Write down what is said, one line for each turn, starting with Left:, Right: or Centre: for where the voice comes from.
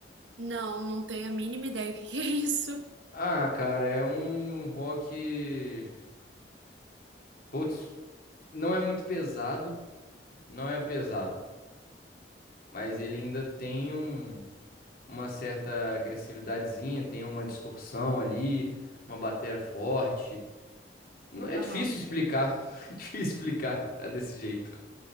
Right: Não, não tenho a mínima ideia o que que é isso.
Left: Ah, cara, é um rock. Putz, não é muito pesado, não é pesado, mas ele ainda tem um- uma certa agressividadezinha, tem uma distorção ali, uma bateria forte. Não é
Right: Aham.
Left: difícil explicar, <laughs> difícil explicar é desse jeito.